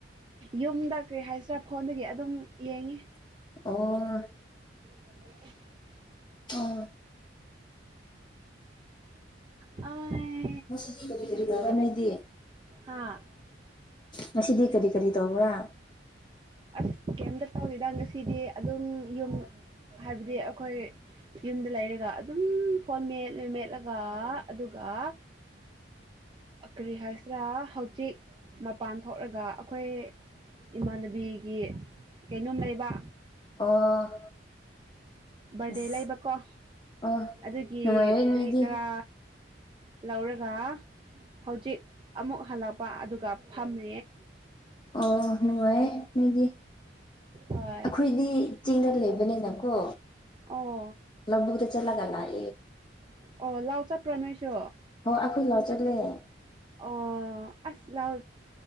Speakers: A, on the right; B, on the left.
A: ꯌꯨꯝꯗ ꯀꯔꯤ ꯍꯥꯏꯁꯤꯔꯥ ꯐꯣꯟꯗꯒꯤ ꯑꯗꯨꯝ ꯌꯦꯡꯉꯤ
B: ꯑꯣ
A: ꯍ
B: ꯑ
A: ꯑ
B: ꯀ ꯐꯔꯤ ꯒꯥ ꯅꯗꯤ
A: ꯍꯥꯥ
B: ꯉꯁꯤꯗꯤ ꯀꯔꯤ ꯀꯔꯤ ꯇꯧꯕ꯭ꯔꯥ
A: ꯑꯁ ꯀꯩꯝꯇ ꯇꯧꯗꯦꯗ ꯉꯁꯤꯗꯤ ꯑꯗꯨꯝ ꯌꯨꯝ ꯍꯥꯏꯕꯗꯤ ꯑꯈꯣꯏ ꯌꯨꯝꯗ ꯂꯩꯔꯒ ꯑꯗꯨꯝ ꯐꯣꯟ ꯃꯦꯠꯂ ꯃꯦꯠꯂꯒ ꯑꯗꯨꯒ ꯀꯥ
B: <inaudible>
A: ꯀꯔꯤ ꯍꯥꯏꯁꯤꯔꯥ ꯍꯧꯖꯤꯛ ꯃꯄꯥꯟ ꯊꯣꯛꯂꯒ ꯑꯩꯈꯣꯏ ꯏꯃꯥꯟꯅꯕꯤꯒꯤ ꯀꯩꯅꯣꯝ ꯂꯩꯕ
B: ꯑꯣ
A: ꯕꯥꯔꯗꯦ
B: ꯑꯁ
A: ꯂꯩꯕꯀꯣ
B: ꯑꯣ
A: ꯑꯗꯨꯒꯤ
B: ꯅꯨꯡꯉꯥꯏꯔꯦ
A: ꯀꯔꯤ
B: ꯅꯣꯏꯗꯤ
A: ꯀꯔꯥ ꯂꯧꯔꯒ ꯍꯧꯖꯤꯛ ꯑꯃꯨꯛ ꯍꯜꯂꯛꯄ ꯑꯗꯨꯒ ꯐꯝꯃꯤ
B: ꯑꯣ ꯍꯅꯨꯡꯉ ꯃꯤꯗꯤ
A: ꯍꯣꯏ
B: ꯑꯩꯈꯣꯏꯗꯤ ꯆꯤꯡꯗ ꯂꯩꯕꯅꯤꯅꯀꯣ
A: ꯑꯣ
B: ꯂꯝꯕꯨꯨꯗ ꯆꯂꯒꯂꯑ
A: ꯑꯣ ꯂꯥꯎ ꯆꯠꯄ꯭ꯔꯣ ꯅꯣꯏꯁꯨ
B: ꯍꯣꯏ ꯑꯩꯈꯣꯏ ꯂꯥꯎ ꯆꯠꯂꯦꯦ
A: ꯑꯣ ꯑꯁ ꯂꯥꯎ